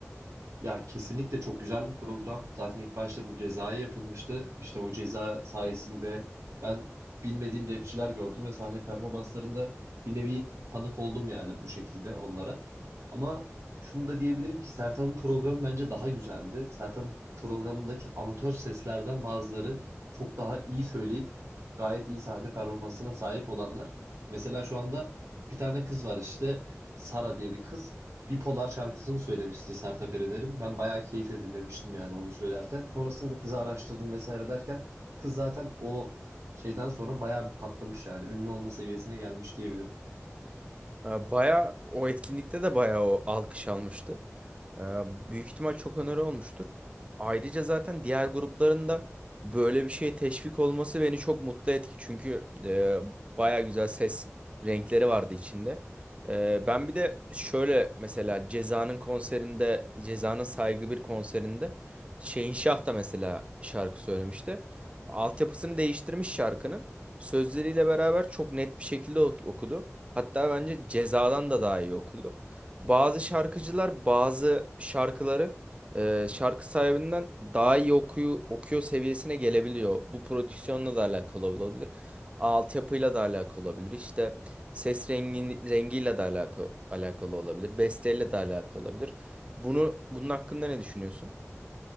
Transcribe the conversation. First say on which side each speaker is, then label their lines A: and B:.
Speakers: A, on the right (about 80°); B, on the right (about 25°).
A: Ya kesinlikle çok güzel bir program. Zaten ilk başta bu cezaya yapılmıştı. İşte o ceza sayesinde ben bilmediğim rapçiler gördüm ve sahne performanslarında bir nevi tanık oldum yani bu şekilde onlara. Ama şunu da diyebilirim ki Sertab'ın programı bence daha güzeldi. Sertab'ın programındaki amatör seslerden bazıları çok daha iyi söyleyip gayet iyi sahne performansına sahip olanlar. Mesela şu anda bir tane kız var işte Sara diye bir kız. Bipolar şarkısını söylemişti Sertab Erener'in. Ben bayağı keyifle dinlemiştim yani onu söylerken. Sonrasında da kızı araştırdım vesaire derken kız zaten o şeyden sonra bayağı bir patlamış yani ünlü olma seviyesine gelmiş diyebilirim.
B: E, Baya o etkinlikte de baya o alkış almıştı. E, Büyük ihtimal çok öneri olmuştur. Ayrıca zaten diğer gruplarında böyle bir şeye teşvik olması beni çok mutlu etti. Çünkü e, baya güzel ses renkleri vardı içinde. E, ben bir de şöyle mesela Ceza'nın konserinde, Ceza'nın Saygı bir konserinde Şehinşah da mesela şarkı söylemişti. Altyapısını değiştirmiş şarkının sözleriyle beraber çok net bir şekilde ok- okudu. Hatta bence Ceza'dan da daha iyi okudu. Bazı şarkıcılar bazı şarkıları e, şarkı sahibinden daha iyi okuyor, okuyor seviyesine gelebiliyor. Bu prodüksiyonla da alakalı olabilir. Altyapıyla da alakalı olabilir. İşte ses rengi, rengiyle de alakalı, alakalı olabilir. Besteyle de alakalı olabilir. Bunu bunun hakkında ne düşünüyorsun?